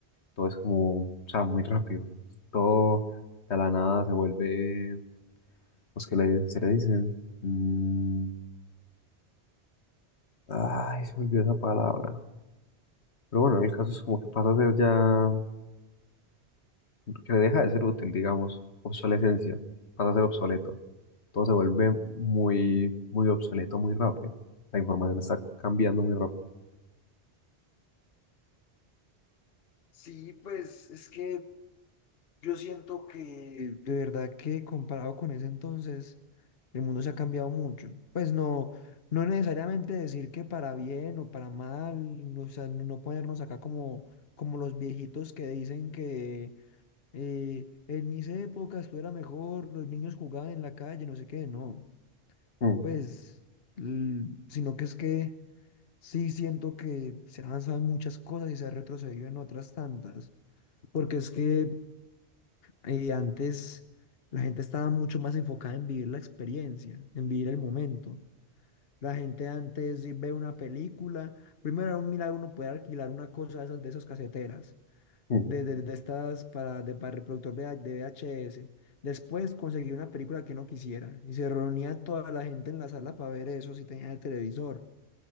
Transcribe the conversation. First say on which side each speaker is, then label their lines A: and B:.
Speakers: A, on the left; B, on the left.
A: todo es como, o sea, muy rápido. Todo de la nada se vuelve, pues que le, se le dicen. Mm, ay, se me olvidó esa palabra. Pero bueno, el caso es como que pasa a ser ya, que deja de ser útil, digamos, obsolescencia, pasa a ser obsoleto. Todo se vuelve muy, muy obsoleto muy rápido. La información está cambiando muy rápido.
B: Sí, pues es que Yo siento que de verdad que comparado con ese entonces, el mundo se ha cambiado mucho. Pues no, no necesariamente decir que para bien o para mal, no- o sea, no no ponernos acá como, como los viejitos que dicen que eh, en mis épocas tú era mejor, los niños jugaban en la calle, no sé qué, no.
A: Mm,
B: Pues, l- sino que es que sí siento que se ha avanzado en muchas cosas y se ha retrocedido en otras tantas. Porque es que eh, antes la gente estaba mucho más enfocada en vivir la experiencia, en vivir el momento. La gente antes sí ve una película, primero era un milagro uno poder alquilar una cosa de esas, de esas caseteras,
A: mm.
B: de, de, de estas para, de, para reproductor de de VHS. Después conseguir una película que uno quisiera y se reunía toda la gente en la sala para ver eso si tenía el televisor